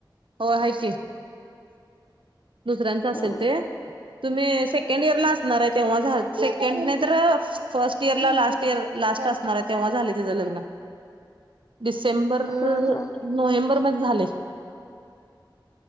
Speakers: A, on the right; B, on the left.
A: हो हाय की. दुसऱ्यांच असेल
B: हा
A: ते, तुम्ही सेकंड इयर ला असणार आहे तेव्हा सेकंड तर first year last year last असणार आहे तेव्हा. झालय तिज लग्न, डिसेंबर,
B: हं हं.
A: नोव्हेंबरमध्ये झालय.